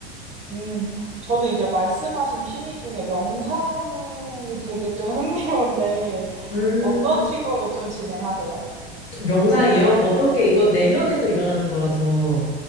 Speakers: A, on the right; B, on the left.
A: 음, 저는 이제 말씀하신 취미 중에 명상이 되게 좀 <laughs> 흥미로운데, 음.
B: 음,
A: 어떤 식으로 좀 진행하세요?
B: 명상이요? 어떻게 이거 내면에서 일어나는 거라서